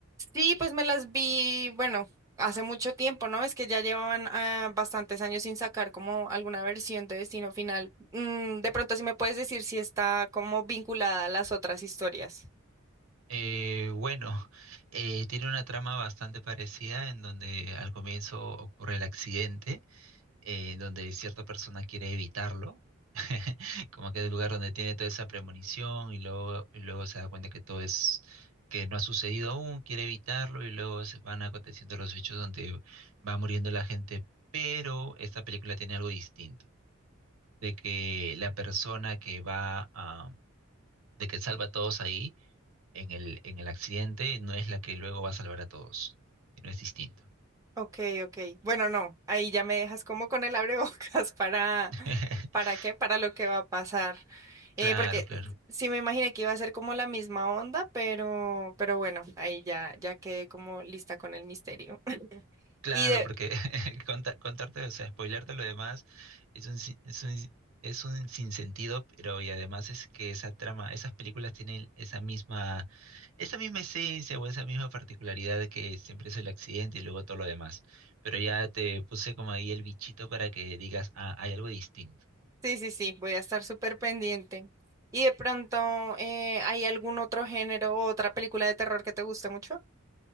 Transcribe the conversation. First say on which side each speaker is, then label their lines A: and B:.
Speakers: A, on the right (about 15°); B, on the right (about 85°).
A: Sí, pues me las vi, bueno, hace mucho tiempo, ¿no? Es que ya llevaban ah, bastantes años sin sacar como alguna versión de Destino Final. Mm, de pronto, si me puedes decir si está como vinculada a las otras historias.
B: Eh, bueno, eh, tiene una trama bastante parecida en donde al comienzo ocurre el accidente eh, donde cierta persona quiere evitarlo, <laughs> como que es el lugar donde tiene toda esa premonición y luego, y luego se da cuenta que todo es, que no ha sucedido aún, quiere evitarlo y luego se van aconteciendo los hechos donde va muriendo la gente, pero esta película tiene algo distinto, de que la persona que va a, de que salva a todos ahí en el, en el accidente no es la que luego va a salvar a todos, no es distinto.
A: Ok, ok. Bueno, no, ahí ya me dejas como con el abrebocas <laughs> para,
B: <laughs>
A: ¿para qué? Para lo que va a pasar.
B: Claro,
A: Eh, porque
B: claro.
A: sí me imaginé que iba a ser como la misma onda, pero, pero bueno, ahí ya, ya quedé como lista con el misterio. <laughs>
B: Claro,
A: Y de,
B: porque <laughs> conta- contarte, o sea, spoilearte lo demás es un, sin- es un, es un sinsentido, pero y además es que esa trama, esas películas tienen esa misma, esa misma esencia o esa misma particularidad de que siempre es el accidente y luego todo lo demás. Pero ya te puse como ahí el bichito para que digas, ah, hay algo distinto.
A: sí, sí, sí, voy a estar súper pendiente. ¿Y de pronto eh, hay algún otro género o otra película de terror que te guste mucho?